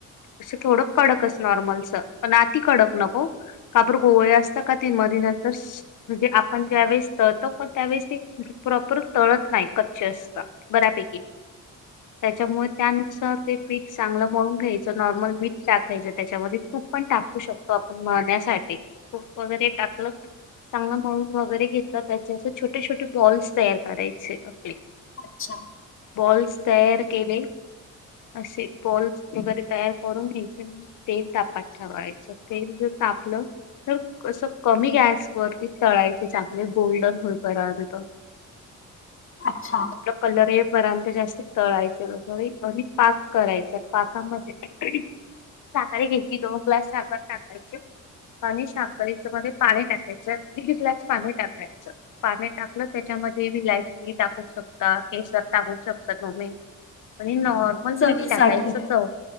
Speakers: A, on the left; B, on the left.
A: असं थोडं कडकच नॉर्मलच पण आती कडक नको कापू गोळे असतात का ते मध न तर म्हणजे आपण ज्यावेेळेसतो कोण त्यावेेळेस ते प्रॉपर तळत नाही कच्चे असत बऱ्यापैकी त्याच्यामुळे त्यानुसार ते पीठ चांगलं मळून घ्यायचं नॉर्मल मीठ टाकायचं त्याच्यामध्ये तूप पण टाकू शकतो आपण मळण्यासाठीू वगैरे टाकलं चांगला म्हणून वगैरे घेतला त्याचे असे छोटे छोटे बॉल्स तयार करायचे आपले
B: अच्छा
A: बॉल्स तयार केले असे बॉल्स वगैरे तयार करून घ्यायचे म तेल तापात ठेवायचं तेल जर तापलं तर असं कमी गॅसवररती चळायचे चांगले गोल्डन होय बंतर
B: अच्छा
A: आप कलर ये पर्यंत जास्त तळायच बरोबर आणि पाक करायचा पाकामध्ये साखर घ्यायची दोन ग्लास साखर साकायची पाणी साफ करच्यामध्ये पाणी टाकायचं दीड ग्लास पाणी टाकायचं पाने टाकलं त्याच्यामध्ये विलायची टाकू शकता केसर टाकू शकता नोमे म्हण नॉ मग
B: चवीसाठी
A: मीठ टाकाईच चव